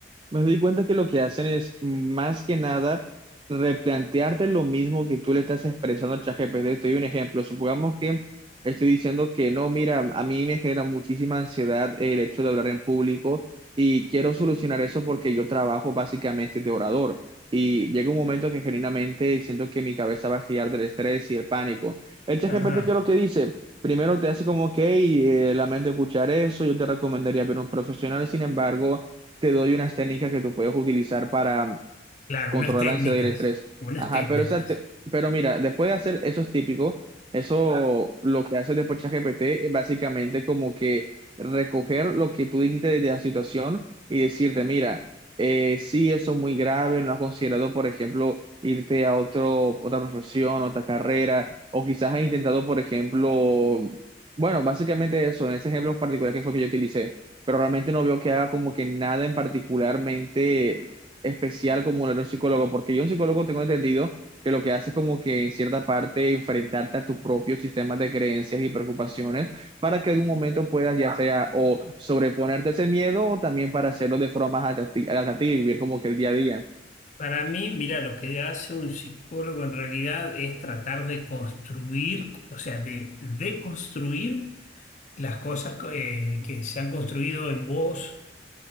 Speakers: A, on the right (about 25°); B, on the left (about 40°).
A: Me doy cuenta que lo que hacen es más que nada replantearte lo mismo que tú le estás expresando al ChatGPT. Te doy un ejemplo. Supongamos que estoy diciendo que no, mira, a mí me genera muchísima ansiedad el hecho de hablar en público y quiero solucionar eso porque yo trabajo básicamente de orador. Y llega un momento que genuinamente siento que mi cabeza va a estallar del estrés y el pánico. El ChatGPT,
B: Ajá,
A: ¿qué es lo que dice? Primero te hace como, ok, eh, lamento escuchar eso, yo te recomendaría ver un profesional, sin embargo te doy unas técnicas que tú puedes utilizar para
B: claro,
A: controlar
B: unas técnicas,
A: la ansiedad y el estrés.
B: unas
A: Ajá,
B: técnicas.
A: pero, esa te- pero mira, después de hacer eso es típico, Claro. eso lo que hace después ChatGPT es básicamente como que recoger lo que tú dijiste desde la situación y decirte, mira, eh, sí, eso es muy grave, no has considerado, por ejemplo, irte a otro, otra profesión, otra carrera, o quizás has intentado, por ejemplo, bueno, básicamente eso, en ese ejemplo particular que fue que yo utilicé pero realmente no veo que haga como que nada en particularmente especial como lo era un psicólogo, porque yo un psicólogo tengo entendido que lo que hace es como que en cierta parte enfrentarte a tus propios sistemas de creencias y preocupaciones para que en algún momento puedas ya sea o sobreponerte a ese miedo o también para hacerlo de forma más adapti- adaptativa y vivir como que el día a día.
B: Para mí, mira, lo que hace un psicólogo en realidad es tratar de construir, o sea, de deconstruir las cosas que, que se han construido en vos,